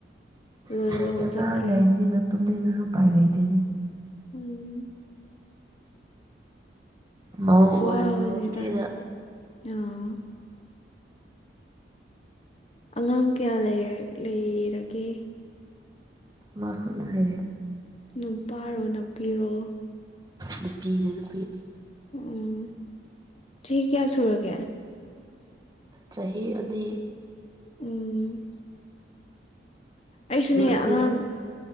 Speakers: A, on the left; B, on the right.
A: ꯂꯣꯏ
B: ꯁꯤꯗꯗꯤ
A: ꯂꯧ
B: ꯑꯉꯥꯡ
A: ꯆꯠꯈ꯭ꯔꯦ
B: ꯂꯩꯕꯅꯤꯅ ꯇꯨꯝꯅꯤꯡꯉꯁꯨ ꯎꯄꯥꯏ ꯂꯩꯇꯦꯅꯦ
A: ꯎꯝ
B: ꯃꯧ
A: ꯋꯥꯕꯅꯤꯗ
B: ꯑꯣꯏꯔꯨꯔꯕꯅꯤꯅ
A: ꯑꯥ ꯑꯉꯥꯡ ꯀꯌꯥ ꯂꯩꯔꯂꯩꯔꯒꯦ
B: ꯃꯥ ꯈꯛ ꯂꯩꯌꯦ
A: ꯅꯨꯄꯥꯔꯣ ꯅꯨꯄꯤꯔꯣ
B: ꯅꯨꯄꯤꯅꯦ ꯅꯨꯄꯤ
A: ꯎꯝ ꯆꯍꯤ ꯀꯌꯥ ꯁꯨꯔꯒꯦ
B: ꯆꯍꯤ ꯑꯅꯤ
A: ꯎꯝ ꯑꯩꯁꯨꯅꯦ
B: ꯒꯦꯞꯇꯨꯗ
A: ꯑꯉꯥꯡ